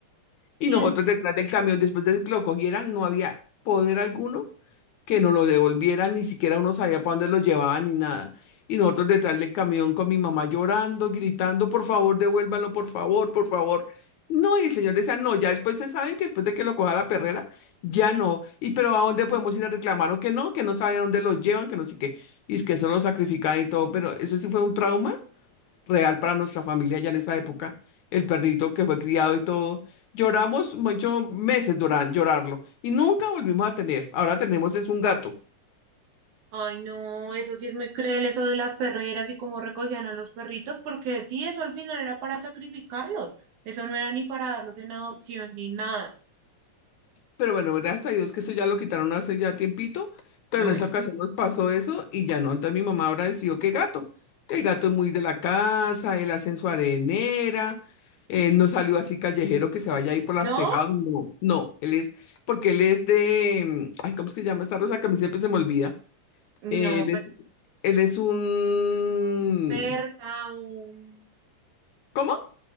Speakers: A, on the left; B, on the right.
A: Y
B: Y
A: nosotros
B: entonces,
A: detrás del camión, después de que lo cogieran, no había poder alguno que nos lo devolvieran, ni siquiera uno sabía para dónde lo llevaban ni nada. Y nosotros detrás del camión con mi mamá llorando, gritando, por favor, devuélvalo, por favor, por favor. No, y el señor decía, no, ya después se saben que después de que lo coja la perrera, ya no. Y pero ¿a dónde podemos ir a reclamar o que no? Que no sabe a dónde lo llevan, que no sé qué. Y es que eso lo sacrifican y todo, pero eso sí fue un trauma real para nuestra familia ya en esa época, el perrito que fue criado y todo. Lloramos muchos meses lloran, llorarlo y nunca volvimos a tener. Ahora tenemos es un gato.
B: ay, no, eso sí es muy cruel, eso de las perreras y cómo recogían a los perritos, porque sí, eso al final era para sacrificarlos. Eso no era ni para darlos en adopción ni nada.
A: Pero bueno, gracias a Dios que eso ya lo quitaron hace ya tiempito, pero
B: No
A: en esa
B: es.
A: ocasión nos pasó eso y ya no. Entonces mi mamá ahora decidió que gato, que el gato es muy de la casa, él hace en su arenera, eh, no salió así callejero que se vaya a ir por las
B: ¿No?
A: tejados, no, no, él es, porque él es de, mm, ay, ¿cómo es que se llama esta rosa que a mí siempre se me olvida?
B: No,
A: Él
B: pe-
A: es, él es un...
B: persa, un,
A: ¿Cómo?